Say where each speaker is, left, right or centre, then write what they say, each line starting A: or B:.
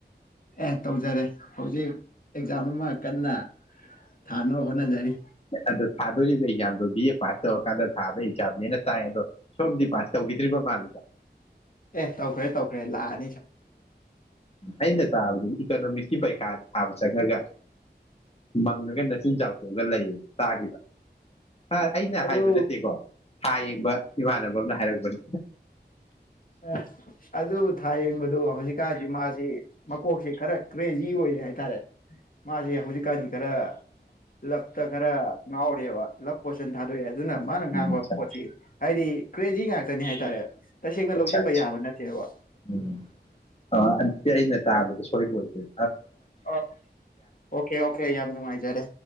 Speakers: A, on the left (about 50°); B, on the left (about 35°).
A: ꯑꯦ ꯇꯧꯖꯔꯦ ꯍꯧꯖꯤꯛ ꯑꯦꯛꯖꯥꯝ ꯑꯃ ꯀꯟꯅ ꯊꯥꯅꯕ ꯍꯣꯠꯅꯖꯔꯤ
B: ꯑꯗꯣ ꯊꯥꯗꯨꯔꯤꯕ ꯑꯦꯛꯖꯥꯝꯗꯣ ꯕꯤ ꯑꯦ ꯄꯥꯁ ꯇꯧꯔꯀꯥꯟꯗ ꯊꯥꯕ ꯑꯦꯛꯖꯥꯝꯅꯦꯅ ꯇꯥꯏ ꯑꯗꯣ ꯁꯣꯝꯗꯤ ꯄꯥꯁ ꯇꯧꯕꯤꯗ꯭ꯔꯤꯕ ꯃꯥꯜꯂꯦꯗ
A: ꯑꯦ ꯇꯧꯈ꯭ꯔꯦ ꯇꯧꯈ꯭ꯔꯦ ꯂꯥꯟ
B: ꯑꯩꯅ ꯇꯥꯕꯗꯗꯤ ꯏꯛ ꯏꯀꯣꯅꯣꯃꯤꯛꯁꯀꯤ ꯄꯩꯈꯥ ꯊꯥꯕ ꯆꯪꯉꯒ ꯃꯪꯉꯒ ꯅꯆꯤꯟ ꯆꯥꯎꯊꯣꯛꯑꯒ ꯂꯩ ꯇꯥꯒꯤꯕ ꯑ ꯑꯩꯅ
A: ꯑꯗꯨ
B: ꯍꯥꯏꯕ ꯅꯠꯇꯦꯀꯣ ꯊꯥ ꯌꯦꯡꯕ ꯏꯃꯥꯟꯅꯕ ꯑꯃꯅ ꯍꯥꯏꯔꯛꯄꯅꯤ
A: ꯑ ꯑꯗꯨ ꯊꯥꯌꯦꯡꯕꯗꯣ ꯍꯧꯖꯤꯛꯀꯥꯟꯖꯤ ꯃꯥꯖꯤ ꯃꯀꯣꯛꯁꯤ ꯈꯔ ꯀ꯭ꯔꯦꯖꯤ ꯑꯣꯏꯔꯤ ꯍꯥꯏꯇꯥꯔꯦ ꯃꯥꯁꯦ ꯍꯧꯖꯤꯛꯀꯥꯟꯁꯤ ꯈꯔ ꯂꯛꯇ ꯈꯔ ꯉꯥꯎꯔꯦꯕ ꯂꯛ ꯄꯣꯁꯟ ꯊꯥꯗꯣꯛꯑꯦ ꯑꯗꯨꯅ ꯃꯥꯅ ꯉꯥꯡꯕ
B: ꯑꯠꯆꯥ
A: ꯄꯣꯠꯁꯤ ꯍꯥꯏꯗꯤ ꯀ꯭ꯔꯦꯖꯤ ꯉꯥꯛꯇꯅꯦ ꯍꯥꯏꯇꯥꯔꯦ ꯇꯁꯦꯡꯅ
B: ꯑꯆꯥ
A: ꯂꯧꯁꯤꯟꯕ
B: ꯑꯆꯥ
A: ꯌꯥꯕ ꯅꯠꯇꯦꯕ
B: ꯎꯝ ꯑꯣ ꯑꯗꯨꯗꯤ ꯑꯩꯅ ꯇꯥꯕꯗ ꯁꯣꯏꯕ ꯑꯣꯏꯗꯣꯢ
A: ꯑ ꯑꯣꯀꯦ ꯑꯣꯀꯦ ꯌꯥꯝ ꯅꯨꯡꯉꯥꯏꯖꯔꯦ